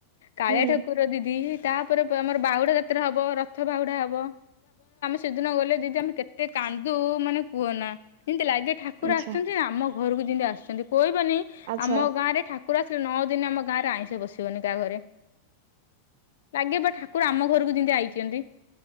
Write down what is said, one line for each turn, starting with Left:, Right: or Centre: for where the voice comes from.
Left: କାଳିଆ
Right: ହୁଁ
Left: ଠାକୁର ଦିଦି ତା'ପରେ ଆମର ବାହୁଡ଼ା ଯାତ୍ରା ହବ, ରଥ ବାହୁଡ଼ା ହବ। ସେଦିନ ଗଲେ ଦିଦି ଆମେ କେତେ କାନ୍ଦୁ ମାନେ କୁଅନା, ନ୍ତି ଲାଗେ ଠାକୁର
Right: ଆଚ୍ଛା
Left: ଆସ୍‌ଚନ୍ତି। ଆମ ଘରକୁ ଜିନ୍ତି ଆସ୍ଚନ୍ତି, ଇବନି
Right: ଆଚ୍ଛା
Left: ଆମ ଗାଁ ରେ ଠାକୁର ଆସିଲେ। ନଅ ଦିନି ଆମ ଗାଁରେ ଆଇଁଷ ନି କାଆ ଘରେ, ଲାଗେ ବା ଠାକୁର ଆମ ଘରକୁ ଜିନ୍ତି ଆଇଚିନ୍ତି।